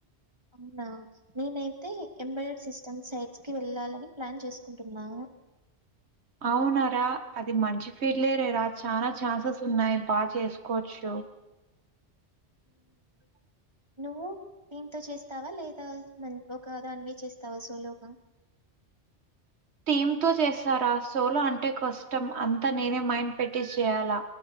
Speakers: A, on the right; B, on the right.
A: అవునా నేనై తే ఎంబడ్ సిస్ స్టం సైట్స్ కి వెళ్ళాలని ప్లాన్ చేసుకుంటున్నాను
B: అవునార అది మంచి ఫీల్డ్ లేరరా చానా ఛాన్సెస్ ఉన్నాయి బాగా చేసుకోవచ్చు
A: నువ్వు టీమ్ తో చేస్తావా లేదా మ ఒకదాన్వే చేస్తావా సోలోగా
B: టీమ్ తో చేస్తారా సోలో అంటే కష్టం అంతా నేనే మైండ్ పెట్టి చేయాలా